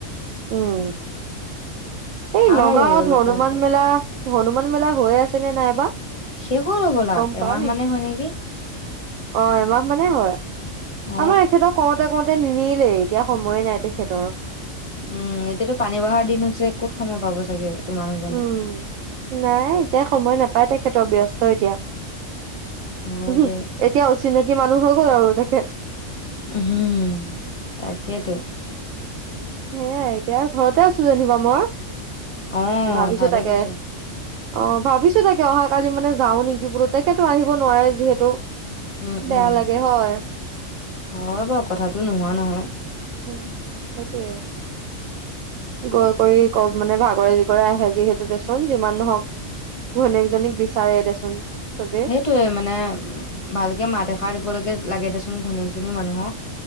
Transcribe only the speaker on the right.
উম এই
নগাঁৱত
হনুমান
মেলা, হনুমান মেলা হৈ আছে নে নাইবা?
গম
পাও
অ এমাহ মানে হ'য়,
আমাৰ এখেতক কওঁতে কওঁতে নিনিলেই। এতিয়া সময়ে নাই তেখেতৰ।
উম, নাই এতিয়া সময় নাপায় তেখেতৰ ব্যস্ত এতিয়া।
উহু
এতিয়া অচিনাকি মানুহ হৈ গ'ল আৰু তেখেত।
সেয়াই, এতিয়া ঘৰতে আছো যেনিবা মই।
ভাবিছো
তাকে
অ ভাবিছো তাকে অহাাকালি মানে যাওঁ নেকি বোলো। তেখেতো আহিব নোৱাৰে যিহেতু।
বেয়া
লাগে হয়।
উম সেইটোয়ে, গৈ কৰি মানে ভাগৰে কৰে আহে যিহেতু দেচোন যিমান নহওক ঘৈনীয়েকজনীক বিচাৰে দেচোন। চবে